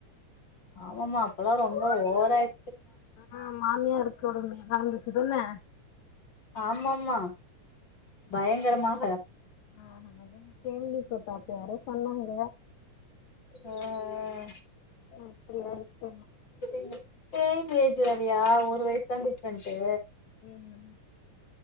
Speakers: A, on the left; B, on the left.
A: ஆமாம்மா அப்பலா ரொம்ப ஓவராய்
B: ஆ மாமியார் கொடுமை எல்லா இருந்துச்சு தான
A: ஆமாம்மா பயங்கரமாக
B: ஆ ஆமாங்க அதா கேள்வி பட்டே அப்ப யாரோ சொன்னாங்க
A: ஆ ஆ
B: இப்டி ஆயிடுச்சு
A: <unintelligible> சேம் ஏஜ் வேறயா ஒரு வயஸ் தா டிஃப்ரன்ட்டு
B: ம் ம்